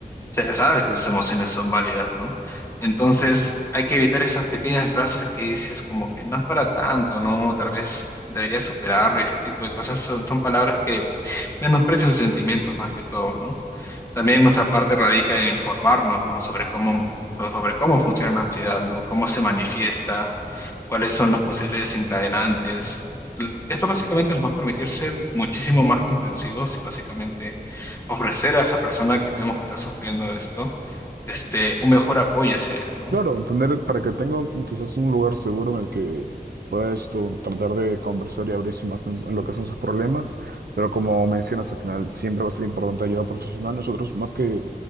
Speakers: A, on the left; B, on the right.
A: se sabe que sus emociones son válidas, ¿no? Entonces hay que evitar esas pequeñas frases que dices como que no es para tanto, ¿no? Tal vez deberías superarlo, y ese tipo de cosas son, son palabras que menosprecian sus sentimientos más que todo, ¿no? También nuestra parte radica en informarnos, ¿no? Sobre cómo, so- sobre cómo funciona la ansiedad, ¿no? Cómo se manifiesta, cuáles son los posibles desencadenantes. L- Esto básicamente nos va a permitir ser muchísimo más comprensivos y básicamente ofrecer a esa persona que vemos que está sufriendo esto este, un mejor apoyo hacia él, ¿no?
B: Claro, tener para que tenga un- quizás un lugar seguro en el que puedas tú tratar de conversar y abrirse más en, en lo que son sus problemas, pero como mencionas al final siempre va a ser importante ayuda profesional. Nosotros más que,